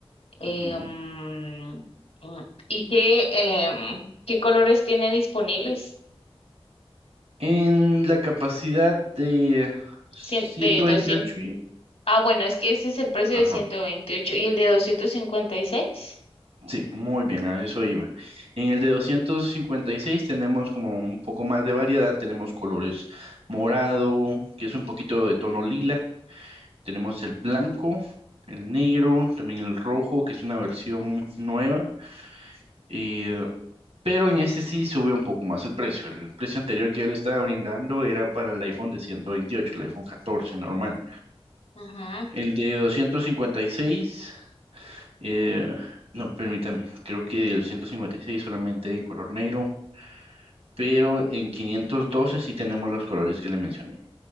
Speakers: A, on the left (about 80°); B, on the right (about 80°).
A: Eh,
B: ujú.
A: mm, mm, ¿y qué, em, qué colores tiene disponibles?
B: En la capacidad de 128,
A: Cien- de doscientos Ah, bueno, es que este es el precio
B: ajá,
A: de 128 y el de 256.
B: sí, muy bien, a eso iba. En el de 256 tenemos como un poco más de variedad, tenemos colores morado, que es un poquito de tono lila, Tenemos el blanco, el negro, también el rojo, que es una versión nueva. Y, eh, pero en este sí sube un poco más el precio. El precio anterior que yo le estaba brindando era para el iPhone de 128, el iPhone 14 normal.
A: Ujú.
B: El de 256, eh, no, permítame, creo que de 256 solamente en color negro, pero en 512 sí tenemos los colores que le mencioné.